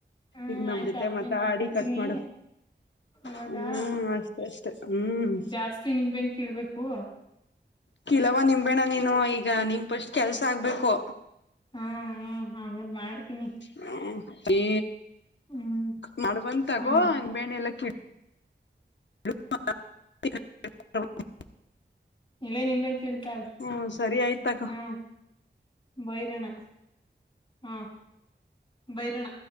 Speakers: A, on the left; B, on the left.
A: ಹೂ
B: ಈಗ ನಮ್
A: ಆಯ್ತು
B: ಜೊತೆ
A: ಅವಾಗೆ
B: ಮಾತಾಡಿ
A: ಮಾತಾಡ್ತೀನಿ
B: ಕಟ್ ಮಾಡು
A: ಅವಾಗಾ
B: ಹ್ಮ್ ಅಷ್ಟೇ ಅಷ್ಟೆ ಹ್ಮ್
A: ಜಾಸ್ತಿ ನಿಂಬೆನ್ ಕೀಳ್ಬೇಕು
B: ಕೀಳವ್ವ ನೀನು ನಿಂಬೆಣ್ಣ ನೀನು ಈಗ ನಿನ್ಪಷ್ಟ್ ಕೆಲ್ಸ ಆಗ್ಬೇಕು
A: ಹಾ ಹ ಆಮೇಲ್ ಮಾಡ್ತೀನಿ
B: ಹ ಈ
A: ಹ್ಮ್
B: ಮಾಡಬ ತಗೋ
A: ಹಾ
B: ಬಣೆ ಎಲ್ಲ ಕಿ ಕೀಳು
A: ಇವೇ ನಿಂಬೆಹಣ್ಣು ಕೇಳ್ತ
B: ಹ್ಮ್ ಸರಿ ಆಯ್ತ್ ತಗೋ.
A: ಹೂ ಭೈರಣ ಹಾ ಬೈರನ